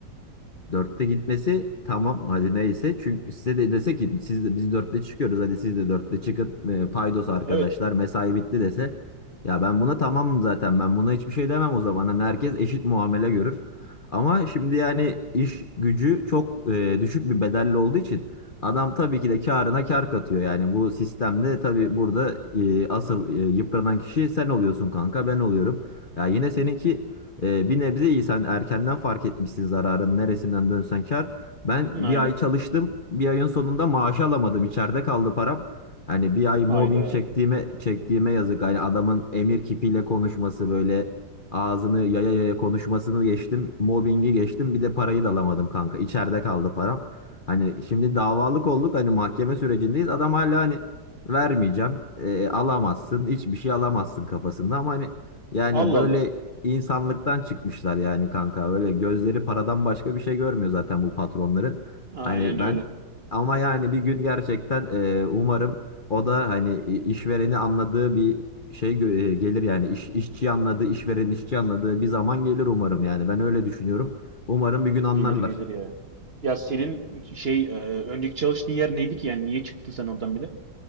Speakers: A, on the left; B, on the right.
A: Dörtte gitmesi tamam hadi neyse. Çünkü size de dese ki siz de, biz dörtte çıkıyoruz hadi siz de dörtte çıkın. E, paydos arkadaşlar
B: Evet.
A: mesai bitti dese. Ya ben buna tamamım zaten ben buna hiçbir şey demem o zaman. Hani herkes eşit muamele görür. Ama şimdi yani iş gücü çok e, düşük bir bedelli olduğu için adam tabii ki de karına kar katıyor. Yani bu sistemde tabii burada e, asıl e, yıpranan kişi sen oluyorsun kanka ben oluyorum. Ya yine seninki Ee, bir nebze iyi sen erkenden fark etmişsin zararın neresinden dönsen kar. Ben
B: Hı,
A: bir
B: Aynen.
A: ay çalıştım bir ayın sonunda maaşı alamadım içeride kaldı param. Hani bir ay mobbing
B: Hayda.
A: çektiğime çektiğime yazık. Hani adamın emir kipiyle konuşması böyle ağzını yaya yaya konuşmasını geçtim. Mobbingi geçtim bir de parayı da alamadım kanka içeride kaldı param. Hani şimdi davalık olduk hani mahkeme sürecindeyiz adam hala hani vermeyeceğim e, alamazsın hiçbir şey alamazsın kafasında ama hani yani
B: Allah
A: böyle
B: Allah.
A: insanlıktan çıkmışlar yani kanka. Böyle gözleri paradan başka bir şey görmüyor zaten bu patronların.
B: Aynen
A: Hani ben
B: öyle.
A: ama yani bir gün gerçekten e, umarım o da hani e, işvereni anladığı bir şey gö- e, gelir yani iş, işçi anladığı, işverenin işçi anladığı bir zaman gelir umarım yani. Ben öyle düşünüyorum. Umarım bir gün anlarlar.
B: Gelir gelir ya. Ya senin şey e, önceki çalıştığın yer neydi ki yani niye çıktın sen oradan bir de?